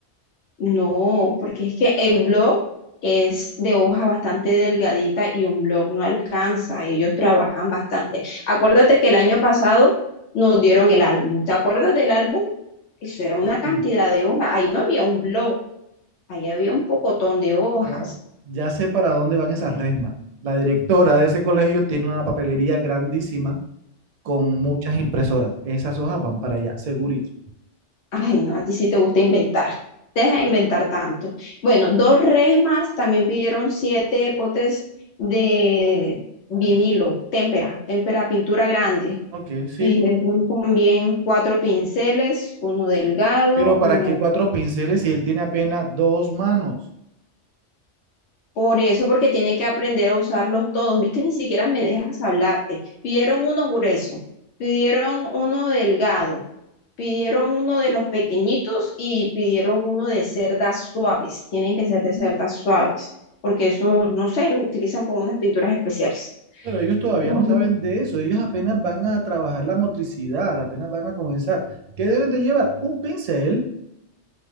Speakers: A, on the left; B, on the right.
A: No, porque es que el blog es de hoja bastante delgadita y un blog no alcanza. Ellos trabajan bastante. Acuérdate que el año pasado nos dieron el álbum. ¿Te acuerdas del álbum? Eso era una cantidad
B: Sí,
A: de hojas. Ahí no había un blog, ahí había un pocotón de hojas.
B: no. Ya sé para dónde van esas Resmas. La directora de ese colegio tiene una papelería grandísima con muchas impresoras. Esas hojas van para allá, segurito.
A: <laughs> Ay, no, a ti sí te gusta inventar. Deja de inventar tanto. Bueno, dos res más también pidieron siete potes de vinilo, témpera, témpera, pintura grande.
B: Ok, sí.
A: Pidieron también cuatro pinceles, uno delgado,
B: Pero ¿para
A: uno
B: qué cuatro pinceles si él tiene apenas dos manos?
A: por eso, porque tiene que aprender a usarlos todos. Es que ni siquiera me dejas hablarte. Pidieron uno grueso, pidieron uno delgado, pidieron uno de los pequeñitos y pidieron uno de cerdas suaves. Tienen que ser de cerdas suaves, porque eso, no sé, lo utilizan con unas pinturas especiales.
B: Pero ellos todavía
A: Ujú.
B: no saben de eso, ellos apenas van a trabajar la motricidad, apenas van a comenzar. ¿Qué deben de llevar? Un pincel.